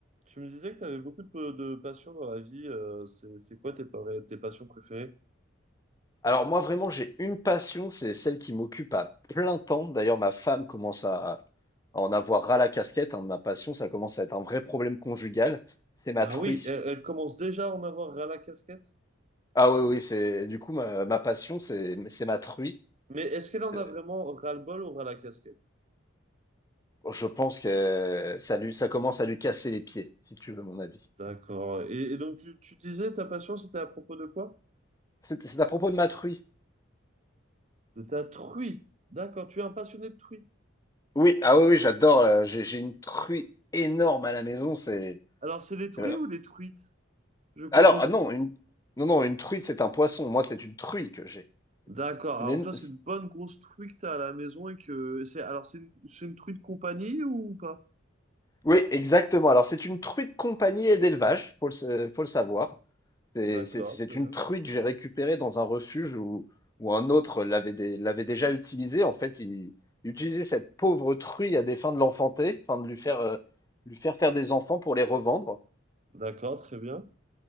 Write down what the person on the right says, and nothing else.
Tu me disais que tu avais beaucoup de, de passions dans la vie. euh, c'est, c'est quoi tes, par- tes passions préférées?
Ah
oui, elle, elle commence déjà à en avoir ras la casquette.
Mais est-ce qu'elle en
a vraiment ras-le-bol ou ras la casquette?
D'accord. Et, et donc, tu, tu disais ta passion, c'était à propos de quoi?
De ta truie. D'accord, tu es un passionné de truie.
Alors, c'est les truies
ou les truites? Je confonds
toujours.
D'accord. Alors,
toi, c'est une bonne grosse truie que tu as à la maison et que c'est. Alors, c'est une, c'est une truie de compagnie ou pas?
D'accord,
très bien.
D'accord, très bien.